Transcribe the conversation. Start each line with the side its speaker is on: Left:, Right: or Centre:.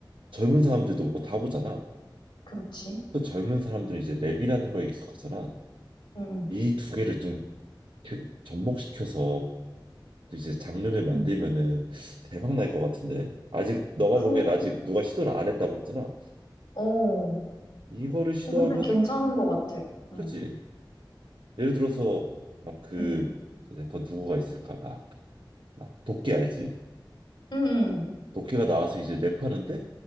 Right: 젊은 사람들도 보고 다 보잖아.
Left: 그렇지.
Right: 또 젊은 사람들은 이제 랩이라는 거에 익숙하잖아.
Left: 음, 음,
Right: 이 두 개를 좀 그- 접목시켜서 또 이제 장르를
Left: 음.
Right: 만들면은 대박 날 것 같은데 아직 너가
Left: 그,
Right: 보기엔 아직 누가 시도를 안 했다고 했잖아
Left: 어, 어,
Right: 이거를 시도하면은
Left: 근데 괜찮은 것 같아. 응,
Right: 그지 예를 들어서 막 그
Left: 응,
Right: 래퍼 누구가 있을까 막 막 도끼 알지
Left: 응,
Right: 도끼가 나와서 이제 랩하는데